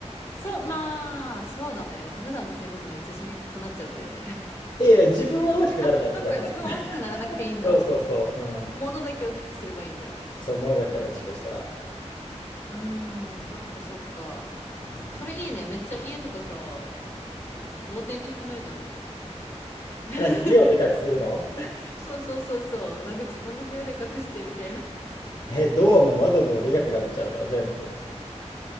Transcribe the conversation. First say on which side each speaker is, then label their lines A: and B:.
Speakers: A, on the left; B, on the left.
A: そう、まあ、そうだね。でも普段の生活めっちゃしにくくなっちゃうけどね。
B: いやいや、自分は大きくならないってだから。
A: <laughs> そっか、自分大きくならなくていいんだ。
B: <laughs> そうそうそう。うん。
A: 物だけ大きくすればいいんだ。
B: そう、物だけは大きくしたら。
A: ああ、そっかそっか。
B: うん。
A: それいいね。めっちゃ家とかさ、豪邸に住めるじゃんね。<laughs>
B: え、何家をでかくするの
A: そうそうそうそう。なんか自分の部屋で隠してみたいな。
B: <laughs> え、ドアも窓もでかくなっちゃうよ、全部。